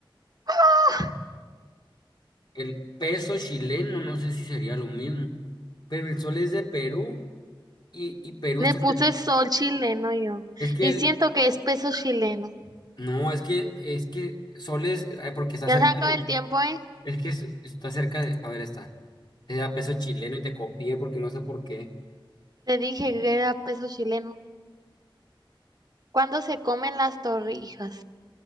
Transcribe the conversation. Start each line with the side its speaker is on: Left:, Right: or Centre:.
Right: <laughs>
Left: El peso chileno, no sé si sería lo mismo. Pero el sol es de Perú y, y Perú está
Right: Le
Left: cerca.
Right: puse sol chileno yo.
Left: Es que
Right: Y
Left: el-
Right: siento que es peso chileno.
Left: no, es que, es que sol es, eh, porque está
Right: Ya
Left: cerca
Right: se acaba
Left: de,
Right: el tiempo, ¿eh?
Left: es que es- está cerca de, a ver, está. Era peso chileno y te copié porque no sé por qué.
Right: Te dije que era peso chileno. ¿Cuándo se comen las torrijas?